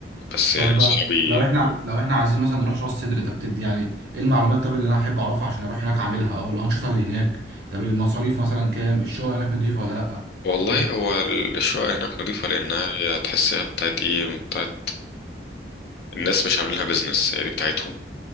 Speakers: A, on the left (about 55°); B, on the right (about 65°).
A: بس
B: طيب
A: يعني
B: بقى
A: صحابي
B: لو احنا
A: بيقولوا
B: لو احنا عايزين مثلا نروح راس سدر طب تدي يعني ايه المعلومات طب اللي انا احب اعرفها عشان اروح هناك اعملها او الانشطه اللي هناك طب المصاريف مثلا كام الشقه هناك نضيفه ولا لا
A: والله
B: كده
A: هو ال- الشقة هناك نظيفة لأنها هي تحسها بتاعت إيه بتاعت الناس مش عاملينها بيزنس هي دي بتاعتهم